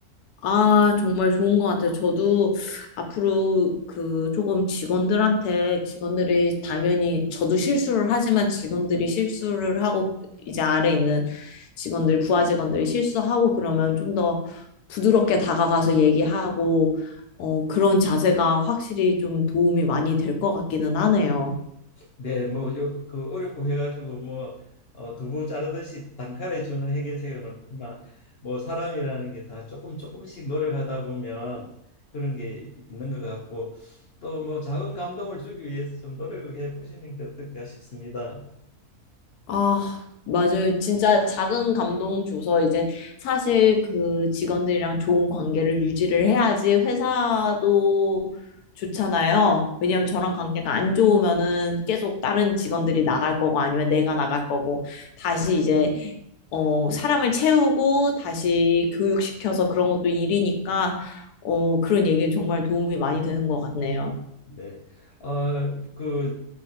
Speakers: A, on the left (about 80°); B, on the left (about 65°).
A: 아, 정말 좋은 것 같아요. 저도 앞으로 그 조금 직원들한테 직원들이 당연히 저도 실수를 하지만 직원들이 실수를 하고 이제 아래 있는 직원들, 부하 직원들이 실수하고 그러면 좀 더 부드럽게 다가가서 얘기하고 어, 그런 자세가 확실히 좀 도움이 많이 될 것 같기는 하네요.
B: 네, 뭐, 요, 그, 어렵고 해가지고, 뭐, 어, 두부 자르듯이 단칼에 주는 해결책은 없지만, 뭐, 사람이라는 게 다 조금 조금씩 노력하다 보면 그런 게 있는 것 같고, 또 뭐, 작은 감동을 주기 위해서 좀 노력을 해 보시는 게 어떤가 싶습니다.
A: 아, 맞아요. 진짜 작은 감동 줘서 이제 사실 그 직원들이랑 좋은 관계를 유지를 해야지 회사도 좋잖아요. 왜냐하면 저랑 관계가 안 좋으면은 계속 다른 직원들이 나갈 거고 아니면 내가 나갈 거고 다시 이제 어, 사람을 채우고 다시 교육시켜서 그런 것도 일이니까 어, 그런 얘기는 정말 도움이 많이 되는 것 같네요.
B: 네. 어, 그,